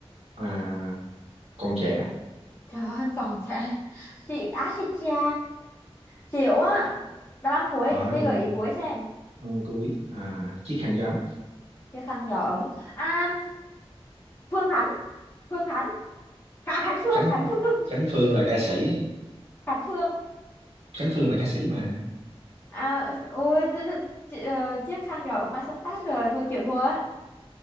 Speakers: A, on the right; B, on the left.
A: à, còn trẻ
B: trời ơi còn sẽ chị á thì cha chịu á đáp án cuối
A: à,
B: cái
A: còn
B: gợi ý cuối xem
A: ông cuối à, chiếc khăn gió ấm
B: chiếc khăn gió ấm à, Phương Khánh Phương Khánh À, Khánh Phương
A: Khánh
B: Khánh Phương <laughs>
A: Khánh Phương là ca sĩ
B: Khánh Phương
A: Khánh Phương là ca sĩ mà
B: à ôi th- th- chị- ờ, chiếc khăn gọi mai sáng tác rồi thôi chịu thua á